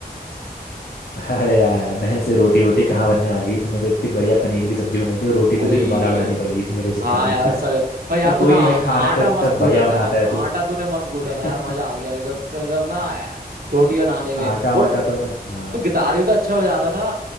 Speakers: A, on the left; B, on the right.
A: अरे यार यार मेरे से रोटी वोटी कहाँ बनने वाली है तूने तो इतनी बढ़िया पनीर की सब्जी बनाई थी और रोटी तुझे
B: ओए
A: दोबारा बनानी पड़ गई थी मेरे चक्कर
B: हाँ
A: में
B: यार
A: <laughs>
B: सब भाई यार
A: पर कोई
B: तूने आ-
A: नहीं भाई खाना
B: आटा
A: तो इतना
B: मस्त
A: बढ़िया
B: गूंदा
A: बनाता
B: था यार आटा
A: है तू
B: तूने मस्त गूंदा
A: <laughs>
B: था यार मजा आ गया मेरे को तो, तो ना रोटी बनाने में
A: आटा
B: और
A: वाटा
B: तू
A: तो मैं हाँ
B: तू गिटार भी तो अच्छा बजाता था